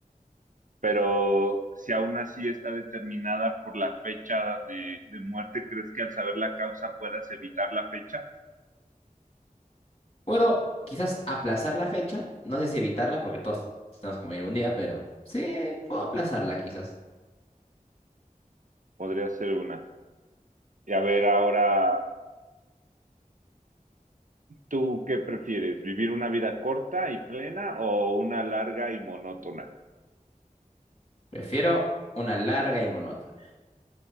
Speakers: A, on the right; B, on the left.
A: Pero si aún así está determinada por la fecha de, de muerte, ¿crees que al saber la causa puedas evitar la fecha?
B: Puedo quizás aplazar la fecha, no sé si evitarla porque todos tenemos que morir algún día, pero sí, puedo aplazarla quizás.
A: Podría ser una. Y a ver, ahora, ¿tú qué prefieres? ¿Vivir una vida corta y plena o una larga y monótona?
B: Prefiero una larga y monótona.